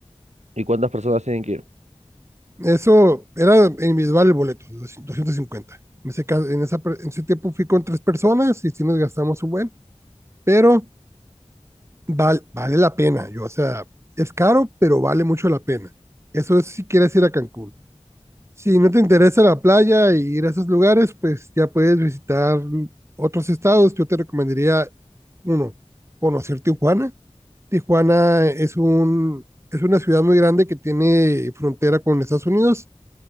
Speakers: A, on the right; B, on the right.
A: ¿Y cuántas personas tienen que ir?
B: Eso era individual el boleto, doscientos cincuenta En ese caso, en esa, en ese tiempo fui con tres personas y sí nos gastamos un buen, pero val- vale la pena. Yo, o sea, es caro, pero vale mucho la pena. Eso es si quieres ir a Cancún. Si no te interesa la playa y ir a esos lugares, pues ya puedes visitar otros estados. Yo te recomendaría, uno, conocer Tijuana. Tijuana es un, es una ciudad muy grande que tiene frontera con Estados Unidos